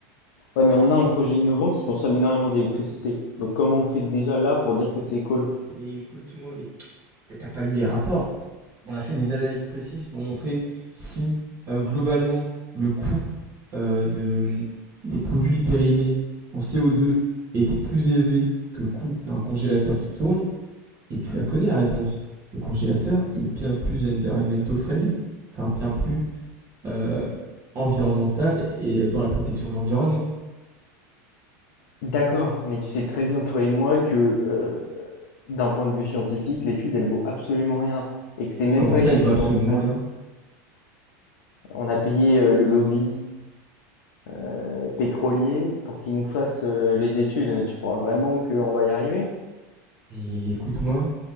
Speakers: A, on the left; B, on the right.
A: Ouais, mais on a un projet innovant qui consomme énormément d'électricité. Donc comment on fait déjà là pour dire que c'est écolo?
B: Mais écoute-moi, mais t'as t'as pas lu les rapports. on a fait des analyses précises pour montrer si euh, globalement le coût euh, de, des produits périmés en CO2 était plus élevé que le coût d'un congélateur qui tourne. Et tu la connais la réponse. Le congélateur est bien plus environmental friendly, enfin bien plus euh, environnemental et euh, dans la protection de l'environnement.
A: D'accord, mais tu sais très bien, toi et moi, que euh, d'un point de vue scientifique, l'étude, elle vaut absolument rien. Et que c'est même
B: Comment
A: pas
B: ça,
A: une
B: elle
A: étude
B: vaut absolument
A: en double.
B: rien
A: On a payé euh, le lobby euh, pétrolier pour qu'il nous fasse euh, les études. Tu crois vraiment qu'on va y arriver?
B: Et écoute-moi,